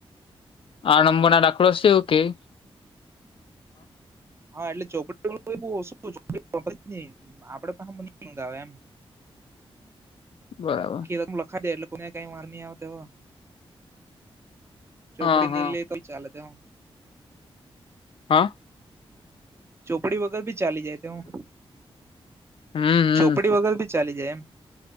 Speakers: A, on the left; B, on the right.
A: આ નંબર ના દાખલો છે, એવું કેય?
B: હા, એટલે ચોપડી માંથી ઓછું ઓછું કરાવે, આપડે પણ મંગાવે, એમ.
A: બરાબર.
B: આખી લખા દે, એટલે કોને કઈ વાર નહીં આવ, હો, ચોપડી
A: હા હા
B: ની લે. પરીક્ષા ચાલે, તો એમ.
A: હા.
B: ચોપડી વગર ભી ચાલી જાય. તો હું
A: હમ હમ
B: ચોપડી વગર ભી ચાલી જાય, એમ.